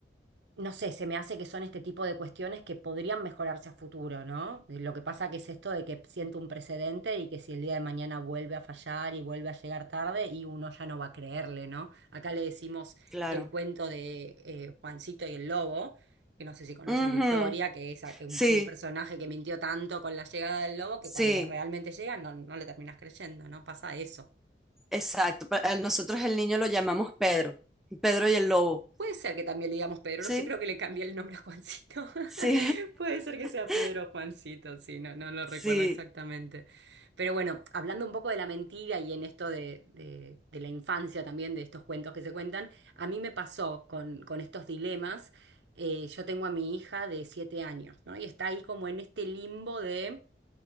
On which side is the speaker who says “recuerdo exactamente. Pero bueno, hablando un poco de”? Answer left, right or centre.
Right